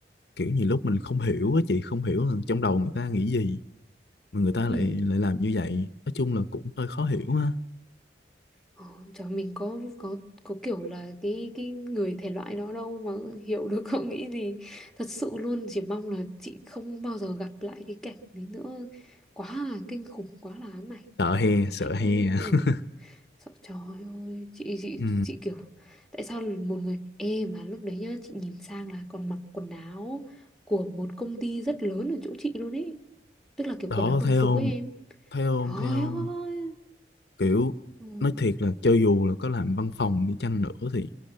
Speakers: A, on the left; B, in the centre.
A: kiểu nhiều lúc mình không hiểu á chị không hiểu là trong đầu người ta nghĩ gì mà người ta
B: Ừ.
A: lại lại làm như vậy nói chung là cũng hơi khó hiểu ha
B: Ờ, Trời mình có có có kiểu là cái cái người thể loại đó đâu mà hiểu được <laughs> không nghĩ gì. Thật sự luôn chỉ mong là chị không bao giờ gặp lại cái cảnh đấy nữa. Quá là kinh khủng, quá là ám ảnh.
A: sợ he
B: Mà
A: sợ
B: chị
A: he
B: cũng
A: <laughs>
B: ừ. Sợ trời ơi chị chị
A: ừ.
B: chị kiểu tại sao là một người ê mà lúc đấy nhá chị nhìn sang là còn mặc quần áo của một công ty rất lớn ở chỗ chị luôn ấy tức là kiểu
A: đó
B: quần áo đồng
A: thấy
B: phục
A: không
B: ấy em
A: thấy không
B: trời
A: thấy không
B: ơi
A: kiểu
B: ừ.
A: nói thiệt là cho dù là có làm văn phòng đi chăng nữa thì